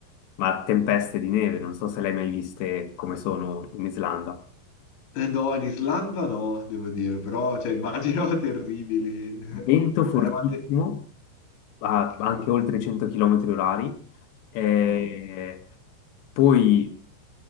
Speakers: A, on the left; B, on the left.
A: ma tempeste di neve, non so se le hai mai viste come sono in Islanda.
B: Eh, No, in Islanda no, devo dire, però, cioè, immagino <laughs> terribili. <laughs>
A: Vento fortissimo,
B: Eravate...
A: a-
B: Ok,
A: anche oltre i 100 km orari, e
B: no.
A: poi